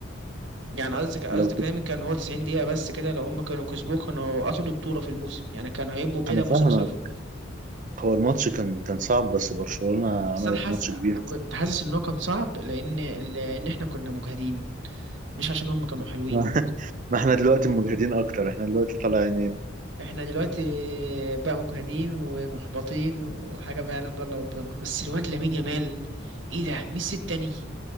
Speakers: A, on the right; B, on the right.
A: يعني قصدك قصدك
B: لو تف-
A: كلامك كان هو 90 دقيقة بس كده لو هم كانوا كسبوه كانوا اخدوا بطولة في الموسم يعني كانوا هيبقوا بلا
B: انا فاهمك
A: موسم صفر
B: هو الماتش كان كان صعب بس برشلونه
A: بس
B: عملت
A: انا حاسس
B: ماتش
A: انا
B: كبير
A: كنت حاسس ان هو كان صعب لان لان احنا كنا مجهدين مش عشان هم كانوا حلوين
B: ما <laughs> ما احنا دلوقتي مجهدين اكتر احنا دلوقتي طالعين
A: احنا دلوقتي بقى مجهدين ومحبطين وحاجة ما يعلم بقى الا ربنا بس الواد لامين يامال ايه ده ميسي التاني